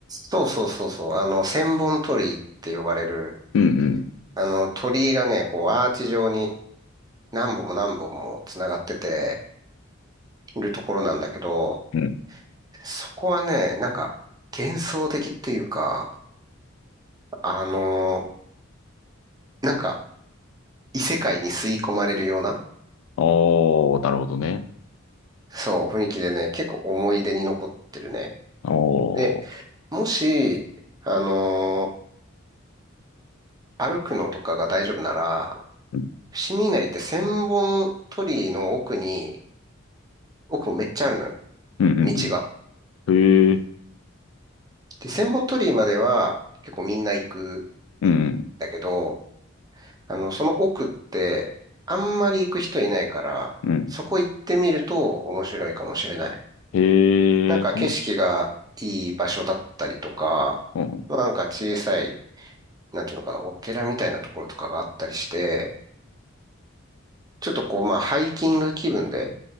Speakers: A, on the right (about 20°); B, on the left (about 70°).
A: そうそうそうそう。あの、千本鳥居って呼ばれる、
B: うん
A: あの、鳥居がね、こう、アーチ状に何本も何本も繋がってて、いるところなんだけど、
B: うん。
A: そこはね、なんか、幻想的っていうか、あの、なんか、異世界に吸い込まれるような、
B: おー、なるほどね。
A: そう、雰囲気でね、結構思い出に残ってるね。
B: おー。
A: で、もし、あのー歩くのとかが大丈夫なら、
B: うん、
A: 伏見稲荷って千本鳥居の奥に、奥もめっちゃあるのよ、
B: うん、
A: 道が。
B: うん。へえ、
A: で、千本鳥居までは結構みんな行く
B: うん、
A: んだけど、あの、その奥ってあんまり行く人いないから、
B: うん。うん
A: そこ行ってみると面白いかもしれない。
B: へえ、
A: なんか景色がいい場所だったりとか、
B: その、うん。
A: まあなんか小さいなんていうのかな、お寺みたいなところとかがあったりして、ちょっとこう、まあ、ハイキング気分で、